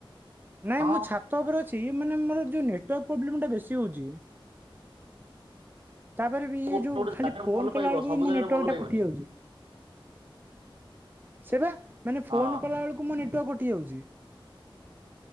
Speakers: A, on the right; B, on the right.
A: ନାଇଁ
B: ହଁ
A: ମୁ ଛାତ ଉପରେ ଅ ଛି ମାନେ ମୋର ଯୋଉ ନେଟୱାର୍କ ପ୍ରୋବ୍ଲେମ ଟା ବେଶୀ ହଉଛି। ତାପରେ ବି ଇଏ
B: ଗୋଟେ
A: ଯୋଉ
B: ଗୋଟେ
A: ଖାଲି
B: ଜାଗାରେ
A: ଫୋନ
B: ଭଲ ପାଇବ
A: କଲା ବେଳକୁ
B: ସବୁ
A: ବି ମୋ
B: ଜାଗାରେ
A: ନେଟୱାର୍କ
B: ଭଲ ପାଇବନି
A: ଟା କଟି ଯାଉଛି। ସେବା ମାନେ
B: ହଁ
A: ଫୋନ କଲା ବେଳକୁ ମୋ ନେଟୱାର୍କ କଟି ଯାଉଛି।